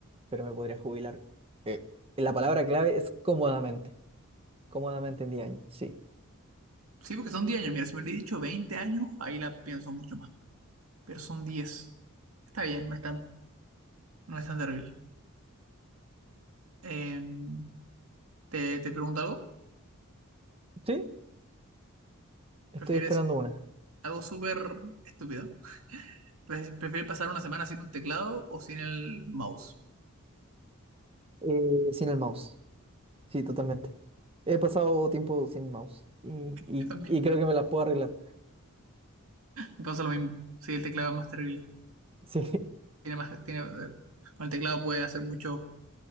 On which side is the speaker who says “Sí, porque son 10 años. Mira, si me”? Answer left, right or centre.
Right